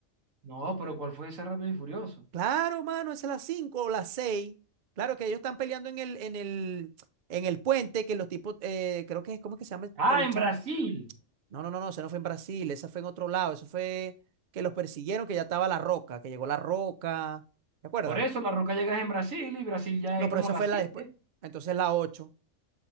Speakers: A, on the right (about 80°); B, on the right (about 55°).
A: No, pero ¿cuál fue ese Rápido y Furioso?
B: Claro, mano, es a las 5 o las seis Claro que ellos están peleando en el, en el, en el puente, que los tipos, eh, creo que es, ¿cómo es que se llama el,
A: Ah,
B: el
A: en
B: chamo?
A: Brasil.
B: No, no, no, no, eso no fue en Brasil, esa fue en otro lado, eso fue que los persiguieron, que ya estaba la roca, que llegó la roca, ¿te acuerdas?
A: Por eso La Roca llega en Brasil y Brasil ya
B: No,
A: es
B: pero
A: como
B: esa
A: las
B: fue
A: siete.
B: la después, entonces la 8